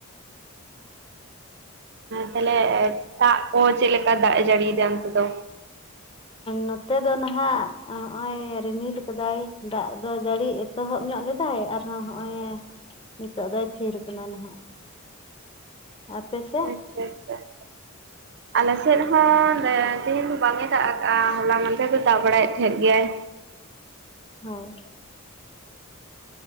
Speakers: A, on the right; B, on the left.
A: ᱛᱟᱦᱞᱮ ᱫᱟᱜ ᱠᱚ ᱪᱮᱫᱽ ᱞᱮᱠᱟ ᱫᱟᱜᱽ ᱮ ᱡᱟᱹᱲᱤᱭᱟ ᱚᱱᱛᱮ ᱫᱚ?
B: ᱱᱚᱛᱮ ᱫᱚ ᱱᱟᱦᱟᱜ ᱦᱚᱜ ᱚᱭ ᱨᱤᱢᱤᱞ ᱟᱠᱟᱫᱟᱭ ᱫᱟᱜᱽ ᱫᱚ ᱡᱟᱹᱲᱤ ᱭᱮᱟᱼᱼ ᱮᱚᱦᱚᱵ ᱧᱚᱜ ᱞᱮᱫᱟᱭ ᱟᱨᱦᱚᱸ ᱦᱚᱜᱼᱭ ᱱᱤᱛᱚᱜ ᱫᱚᱭ ᱛᱷᱤᱨ ᱟᱠᱟᱱᱟ ᱱᱟᱦᱟᱜ᱾ ᱟᱯᱮᱥᱮᱫ?
A: <unintelligible> ᱟᱞᱮ ᱥᱮᱫ ᱦᱚᱸ ᱛᱮᱦᱮᱧ ᱫᱚ ᱵᱟᱝᱮ ᱫᱟᱜ ᱟᱠᱟᱫᱼᱟ ᱦᱚᱞᱟ ᱢᱟᱦᱫᱮᱨ ᱫᱚᱭ ᱫᱟᱜ ᱵᱟᱲᱟᱭᱮᱫ ᱛᱟᱦᱮᱸᱫ ᱜᱮᱭᱟᱭ᱾
B: ᱦᱳᱭ